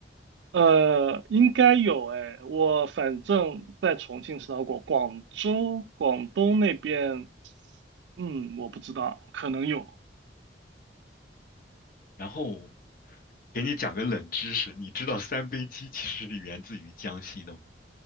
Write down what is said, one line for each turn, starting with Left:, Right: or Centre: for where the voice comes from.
Right: 呃，应该有哎，我反正在重庆吃到过，广州、广东那边，嗯，我不知道，可能有，
Left: 然后给你讲个冷知识，你知道三杯鸡其实是源自于江西的吗？